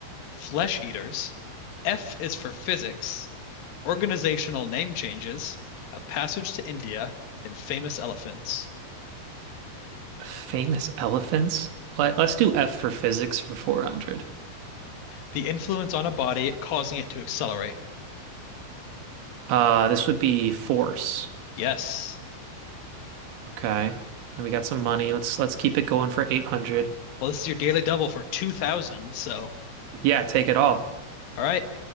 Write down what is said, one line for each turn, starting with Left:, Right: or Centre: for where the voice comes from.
Left: flesh eaters, F is for physics, organizational name changes, a passage to India, and famous elephants.
Right: Famous elephants? Let, let's do F for physics for 400.
Left: The influence on a body causing it to accelerate.
Right: Uh, this would be force.
Left: Yes.
Right: Okay. And we got some money. Let's let's keep it going for 800.
Left: Well, this is your daily double for 2000, so
Right: Yeah, take it all.
Left: all right.